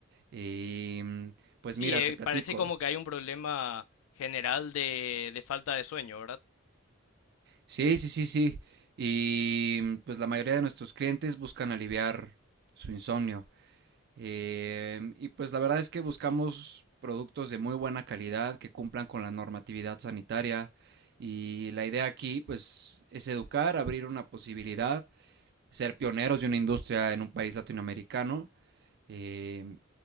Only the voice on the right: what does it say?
Y mm, pues
mira,
te platico.
Sí, sí, sí, sí. Y mm, pues la mayoría de nuestros clientes buscan aliviar su insomnio. Em, y pues la verdad es que buscamos productos de muy buena calidad que cumplan con la normatividad sanitaria. Y la idea aquí pues es educar, abrir una posibilidad, ser pioneros de una industria en un país latinoamericano. em,